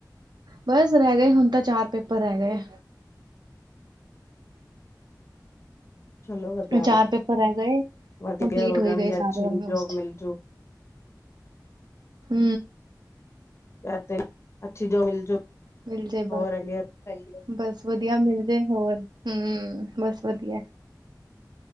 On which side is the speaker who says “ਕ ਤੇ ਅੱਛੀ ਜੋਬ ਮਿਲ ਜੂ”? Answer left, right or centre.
Left